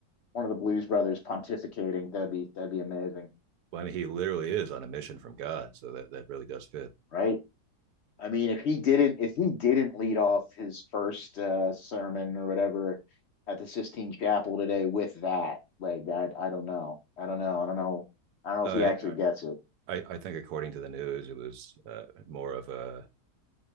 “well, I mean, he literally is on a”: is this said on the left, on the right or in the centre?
Right